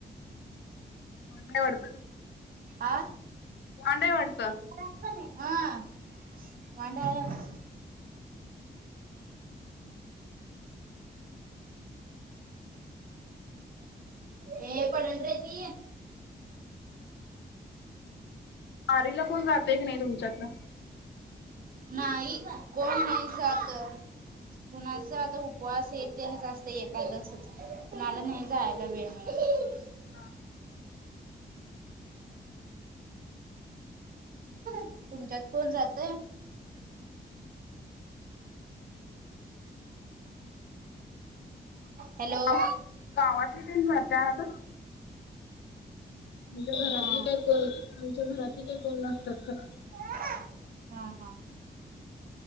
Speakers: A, on the left; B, on the right.
A: वांड हाय वाटत?
B: आ
A: वांड आहे वाटत?
B: हा वांड आहे आगं.
A: <inaudible>
B: ये पडल रे ती.
A: वारीला कोण जातय का नाही तुमच्यातलं?
B: नाही कोण नाही जात. कुणाचा आता उपवास हे तेन आसतय एकादसच, कुणाला नाही जायला वेळ मिळत.
A: हा, हा.
B: तुमच्यात कोण जातय? हॅलो!
A: गावा
B: हॅलो!
A: गावातली तेन जात्यात आमच्या घरातली
B: हा
A: काय कोण आमच्या घरातली काय कोण नसत्यात खरं.
B: हा, हा.